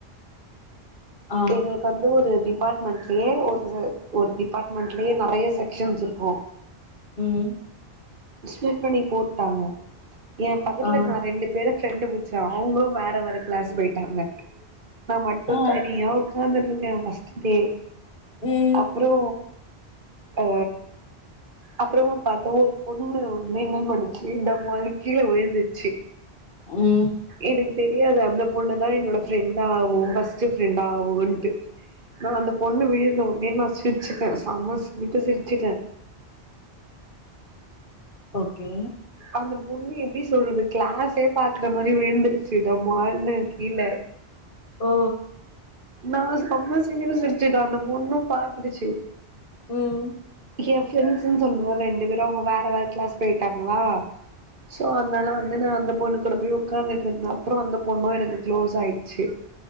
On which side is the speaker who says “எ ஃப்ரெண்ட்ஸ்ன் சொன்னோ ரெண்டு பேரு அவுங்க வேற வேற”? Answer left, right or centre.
Right